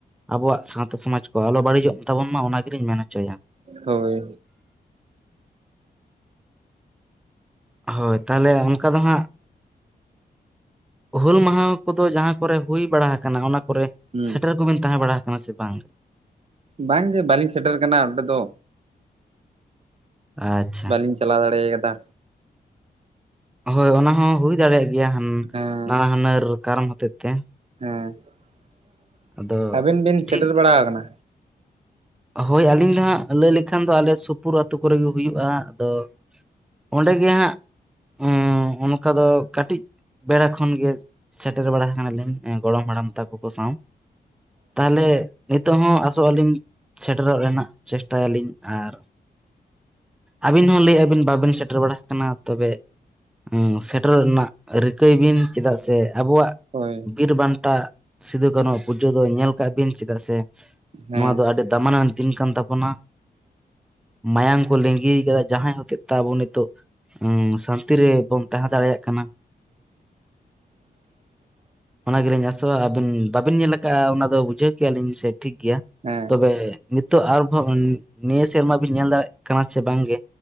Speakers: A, in the centre; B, on the right.
A: ᱟᱵᱚᱣᱟᱜ ᱥᱟᱶᱛᱟ ᱥᱚᱢᱟᱡᱽ ᱠᱚ ᱟᱞᱚ ᱵᱟᱹᱲᱤᱡᱚᱜ ᱛᱟᱵᱚᱱ ᱢᱟ ᱚᱱᱟ ᱜᱮᱞᱤᱧ ᱢᱮᱱ ᱦᱚᱪᱚᱭᱟ
B: <inaudible> ᱦᱳᱭ
A: ᱦᱳᱭ ᱛᱟᱦᱟᱞᱮ ᱚᱱᱠᱟ ᱫᱚ ᱦᱟᱸᱜ ᱦᱩᱞ ᱢᱟᱦᱟᱸ ᱠᱚᱫᱚ ᱡᱟᱦᱟ ᱠᱚᱨᱮ ᱦᱩᱭ ᱵᱟᱲᱟ ᱟᱠᱟᱱᱟ ᱚᱱᱟ ᱠᱚᱨᱮ
B: ᱦᱩᱸ
A: ᱥᱮᱴᱮᱨ ᱠᱚ ᱵᱤᱱ ᱛᱟᱦᱮᱸ ᱵᱟᱲᱟ ᱟᱠᱟᱱᱟ ᱥᱮ ᱵᱟᱝ
B: ᱵᱟᱝ ᱜᱮ ᱵᱟᱹᱞᱤᱧ ᱥᱮᱴᱮᱨ ᱟᱠᱟᱱᱟ ᱚᱸᱰᱮ ᱫᱚᱼᱼ
A: ᱟᱪᱪᱷᱟ
B: ᱵᱟᱹᱞᱤᱧ ᱪᱟᱞᱟᱣ ᱫᱟᱲᱮ ᱠᱟᱫᱟ
A: ᱦᱳᱭ ᱚᱱᱟ ᱦᱚᱸ ᱦᱩᱭ ᱫᱟᱲᱮᱭᱟᱜ ᱜᱮᱭᱟ <unintelligible>
B: ᱦᱮᱸ
A: ᱱᱟᱱᱟ ᱦᱩᱱᱟᱹᱨ ᱠᱟᱨᱚᱱ ᱦᱚᱛᱮᱛ ᱛᱮ
B: ᱦᱮᱸ <inaudible>
A: ᱟᱫᱚ
B: ᱟᱹᱵᱤᱱ ᱵᱤᱱ ᱥᱮᱴᱮᱨ
A: ᱴᱷᱤᱠ
B: ᱵᱟᱲᱟ ᱟᱠᱟᱱᱟ
A: ᱦᱳᱭ ᱟᱹᱞᱤᱧ ᱫᱚ ᱦᱟᱸᱜ ᱞᱟᱹᱭ ᱞᱮᱠᱷᱟᱱ ᱫᱚ ᱟᱞᱮ ᱥᱩᱯᱩᱨ ᱟᱹᱛᱩ ᱠᱚᱨᱮᱜ ᱦᱩᱭᱩᱜᱼᱟ ᱟᱫᱚ ᱚᱸᱰᱮ ᱜᱮ ᱦᱟᱸᱜ <unintelligible> ᱚᱱᱠᱟ ᱫᱚ ᱠᱟᱹᱴᱤᱡᱼᱼ ᱵᱮᱲᱟ ᱠᱷᱚᱱ ᱜᱮ ᱥᱮᱴᱮᱨ ᱵᱟᱲᱟ ᱟᱠᱟᱱᱟ ᱞᱤᱧ ᱮᱸ ᱜᱚᱲᱚᱢ ᱦᱟᱲᱟᱢ ᱛᱟᱠᱚ ᱠᱚ ᱥᱟᱶ ᱛᱟᱦᱚᱞᱮ ᱱᱤᱛᱚᱜ ᱦᱚᱸ ᱟᱥᱚᱜ ᱟᱹᱞᱤᱧ ᱥᱮᱴᱮᱨᱚᱜ ᱨᱮᱱᱟᱜ ᱪᱮᱥᱴᱟᱭ ᱟᱞᱤᱧ ᱟᱨ ᱟᱹᱵᱤᱱ ᱦᱚᱸ ᱞᱮᱭ ᱟᱵᱤᱱ ᱵᱟᱵᱤᱱ ᱥᱮᱴᱮᱨ ᱵᱟᱲᱟ ᱟᱠᱟᱱᱟ ᱛᱚᱵᱮ ᱩᱸ ᱥᱮᱴᱮᱨᱚᱜ ᱨᱮᱱᱟᱜ ᱨᱤᱠᱟᱹᱭ ᱵᱤᱱ ᱪᱮᱫᱟᱜ ᱥᱮ ᱟᱵᱚᱣᱟᱜ
B: ᱦᱳᱭ
A: ᱵᱤᱨ ᱵᱟᱱᱴᱟ ᱥᱤᱫᱩ ᱠᱟᱹᱱᱩᱣᱟᱜ ᱯᱩᱡᱟᱹ ᱫᱚ ᱧᱮᱞ ᱠᱟᱜ ᱵᱤᱱ ᱪᱮᱫᱟᱜ ᱥᱮ
B: ᱦᱮᱸ
A: ᱱᱚᱣᱟ ᱫᱚ ᱟᱹᱰᱤ ᱫᱟᱢᱟᱱᱟᱱ ᱫᱤᱱ ᱠᱟᱱ ᱛᱟᱵᱚᱱᱟ ᱢᱟᱭᱟᱢ ᱠᱚ ᱞᱤᱝᱜᱤ ᱠᱟᱫᱟ ᱡᱟᱦᱟᱸᱭ ᱦᱚᱛᱮᱡ ᱛᱮ ᱟᱵᱚ ᱱᱤᱛᱚᱜ ᱦᱩᱸ ᱥᱟᱱᱛᱤ ᱨᱮᱵᱚᱱ ᱛᱟᱦᱮᱸ ᱫᱟᱲᱮᱭᱟᱜ ᱠᱟᱱᱟ
B: <inaudible>
A: ᱚᱱᱟ ᱜᱮᱞᱤᱧ ᱟᱥᱚᱜᱼᱟ ᱟᱹᱵᱤᱱ ᱵᱟᱵᱤᱱ ᱧᱮᱞ ᱠᱟᱜᱼᱟ ᱚᱱᱟ ᱫᱚ ᱵᱩᱡᱷᱟᱹᱣ ᱠᱮᱫ ᱟᱞᱤᱧ ᱥᱮ ᱴᱷᱤᱠ ᱜᱮᱭᱟ
B: ᱦᱮᱸ
A: ᱮᱜ ᱱᱤᱛᱚᱜ ᱟᱨᱵᱚᱸ ᱱᱤᱭᱟᱹ ᱥᱮᱨᱢᱟ ᱵᱤᱱ ᱧᱮᱞ ᱫᱟᱲᱮᱭᱟᱜ ᱠᱟᱱᱟ ᱥᱮ ᱵᱟᱝ ᱜᱮ